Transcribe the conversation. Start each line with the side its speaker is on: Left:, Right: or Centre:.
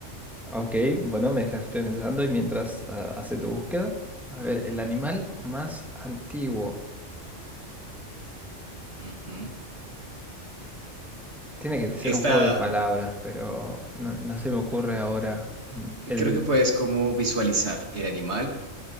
Centre: Ok, bueno, me dejaste pensando y mientras ah, hace tu búsqueda. A ver, el animal más antiguo.
Right: Ujú.
Centre: Tiene que ser
Right: Esta,
Centre: un juego de palabras, pero no, no se me ocurre ahora. Mm,
Right: Y
Centre: El
Right: creo que puedes como visualizar el animal